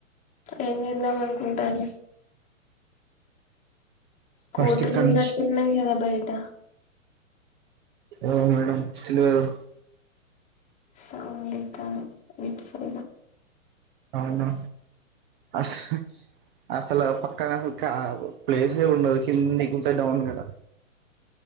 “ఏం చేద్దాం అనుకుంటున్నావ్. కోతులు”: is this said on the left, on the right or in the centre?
Left